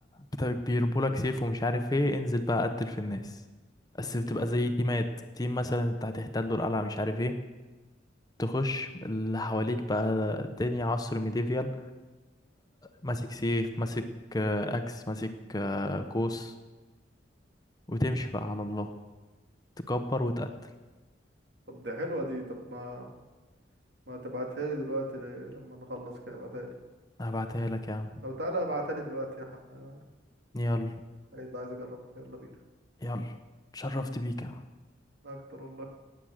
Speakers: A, on the left; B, on the right.
A: بت- بيربولك سيف ومش عارف إيه انزل بقى قتل في الناس بس بتبقى
B: مهم.
A: زي تيمات تيم مثلا أنت هتحتله القلعة مش عارف إيه تخش اللي حواليك بقى الدنيا عصر ميديفيال ماسك سيف ماسك آه، اكس ماسك آه، قوس وتمشي بقى على الله تكبر وتقتل
B: طب دي حلوة دي طب ما ما تبعتها لي دلوقتي ل- لما نخلص كده ابعتها لي
A: هبعتها لك يا عم
B: او تعالى ابعتها لي دلوقتي ه-
A: يلا
B: عايز عايز اجربها يلا بينا
A: يلا اتشرفت بيك يا عم.
B: اكتر والله